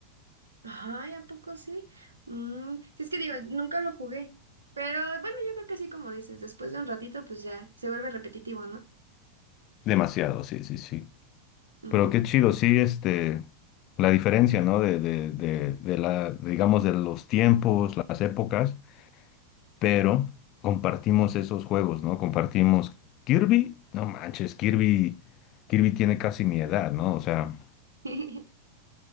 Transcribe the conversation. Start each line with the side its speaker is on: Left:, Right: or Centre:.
Right: Ay, ¿a poco sí? Mm, sí, es que digo, nunca lo jugué. Pero bueno, yo creo que sí, como dices, después de un ratito, pues ya se vuelve repetitivo, ¿no?
Left: Demasiado, sí, sí, sí.
Right: Mm.
Left: Pero qué chido, sí, este, la diferencia, ¿no? De, de, de, de la, digamos, de los tiempos, las épocas, pero compartimos esos juegos, ¿no? Compartimos Kirby, no manches, Kirby, Kirby tiene casi mi edad, ¿no? O sea,
Right: <laughs>